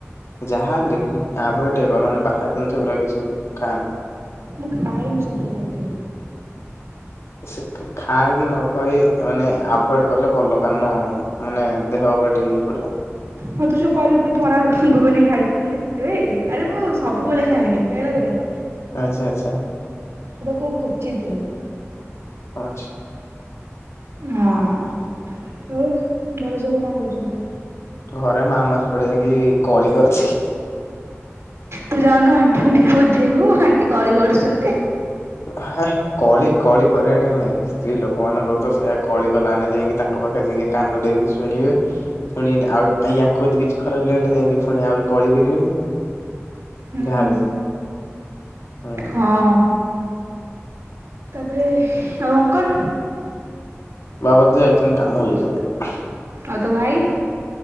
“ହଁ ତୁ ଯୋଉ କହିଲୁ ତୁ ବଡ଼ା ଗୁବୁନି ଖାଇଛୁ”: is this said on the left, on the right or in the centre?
Right